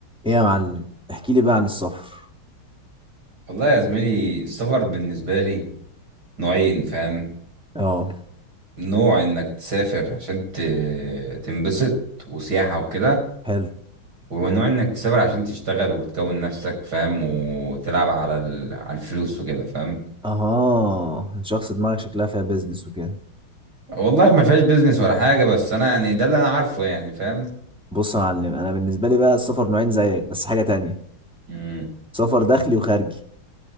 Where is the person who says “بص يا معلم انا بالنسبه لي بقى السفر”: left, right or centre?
Centre